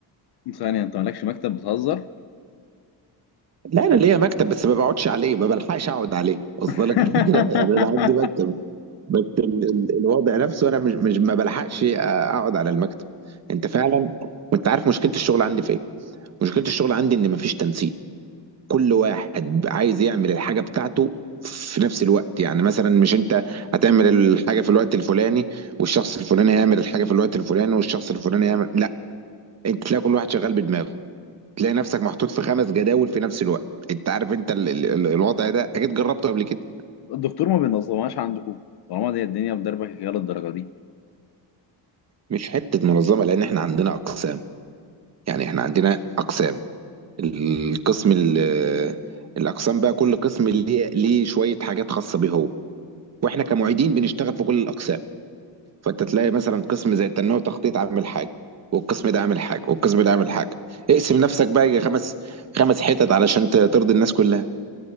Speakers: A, on the left; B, on the right.
A: ثانية انت مالكش مكتب بتهزر؟
B: لا انا ليا مكتب بس ما بقعدش عليه ما بلحقش اقعد عليه وصل
A: <laughs>
B: لك الفكره يعني انا عندي مكتب بس ال- ال- الوضع نفسه انا مش مش ما بلحقش اقعد على المكتب انت فعلا وانت عارف مشكله الشغل عندي في ايه مشكله الشغل عندي ان مفيش تنسيق كل واحد عايز يعمل الحاجة بتاعته في نفس الوقت يعني مثلا مش انت هتعمل الحاجة في الوقت الفلاني والشخص الفلاني هيعمل الحاجة في الوقت الفلاني والشخص الفلاني هيعمل لا انت تلاقي كل واحد شغال بدماغه تلاقي نفسك محطوط في خمس جداول في نفس الوقت انت عارف انت ال... ال... ال- الوضع ده اكيد جربته قبل كده
A: الدكتور ما بينظمهاش عندكم طالما دي الدنيا مدربة كده للدرجة دي
B: مش حتة منظمة لان احنا عندنا اقسام يعني احنا عندنا اقسام القسم ال... الاقسام بقى كل قسم ليه ليه شوية حاجات خاصة بيه هو واحنا كمعيدين بنشتغل في كل الاقسام فانت تلاقي مثلا قسم زي التنميه والتخطيط عامل حاجه والقسم ده عامل حاجه والقسم ده عامل حاجه اقسم نفسك بقى يجي خمس خمس حتت علشان ت- ترضي الناس كلها